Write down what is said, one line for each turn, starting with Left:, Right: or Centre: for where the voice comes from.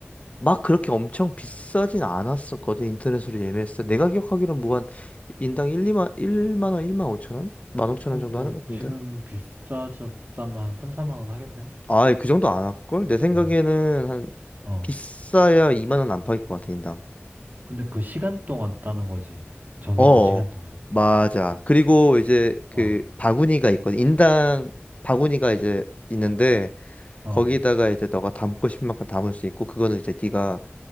Left: 막 그렇게 엄청 비싸진 않았었거든. 인터넷으로 예매했어. 내가 기억하기로는 뭐 한 인당 1, 2만, 일만 원, 1만 5천 원? 1만 5천
Right: 그럼
Left: 원 정도
Right: 뭐,
Left: 하는 것 같은데.
Right: 지금 비싸졌다면 한 3, 4만 원 하겠네?
Left: 아, 그 정도 안 할걸? 내 생각에는
Right: 어,
Left: 한
Right: 어.
Left: 비싸야 2만 원 안팎일 것 같아, 인당.
Right: 근데 그 시간 동안 따는 거지. 정해진
Left: 어, 어.
Right: 시간 동안.
Left: 맞아. 그리고 이제 그
Right: 어.
Left: 바구니가 있거든. 인당 바구니가 이제 있는데
Right: 어,
Left: 거기다가 이제 너가 담고 싶은 만큼 담을 수 있고 그거는 이제 네가